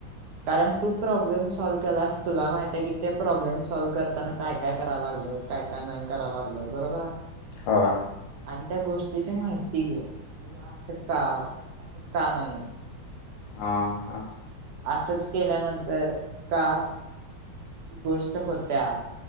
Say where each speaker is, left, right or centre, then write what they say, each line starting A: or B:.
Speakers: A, on the right; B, on the left.
A: कारण तू प्रॉब्लेम सॉल्व केलास तुला माहितीय की ते प्रॉब्लेम सॉल्व करताना काय काय कराय लागल! काय काय नाही कराय लागलं बरोबर आहे.
B: होय.
A: आणि त्या गोष्टीची माहिती घे की या असं का का नाही
B: हा हा.
A: असंच केल्यानंतर का ती गोष्ट होत्या